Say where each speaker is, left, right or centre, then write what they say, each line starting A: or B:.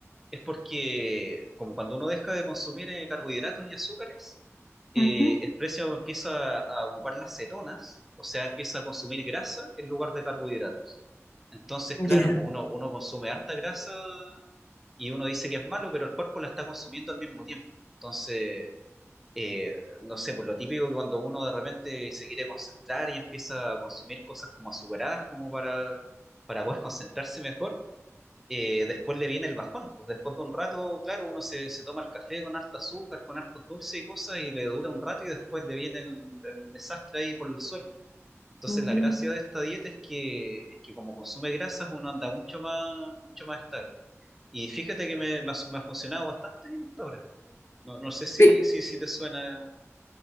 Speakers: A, in the centre; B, on the left.
A: es porque como cuando uno deja de consumir eh, carbohidratos y azúcares, eh,
B: Ujú.
A: el precio empieza a ocupar las cetonas, o sea, empieza a consumir grasa en lugar de carbohidratos. Entonces, claro,
B: Ya.
A: pues uno, uno consume harta grasa y uno dice que es malo, pero el cuerpo la está consumiendo al mismo tiempo. Entonces, eh, no sé, por lo típico que cuando uno de repente se quiere concentrar y empieza a consumir cosas como azucaradas, como para, para poder concentrarse mejor, eh, después le viene el bajón. Pues después de un rato, claro, uno se, se toma el café con harta azúcar, con harto dulce y cosas, y le dura un rato y después le viene el, el desastre ahí por el suelo. Entonces
B: Mm.
A: la gracia de esta dieta es que, es que como consume grasas uno anda mucho más, mucho más estable. Y fíjate que me, me ha, me ha funcionado bastante bien hasta ahora. No, no sé si,
B: Sí.
A: si, si te suena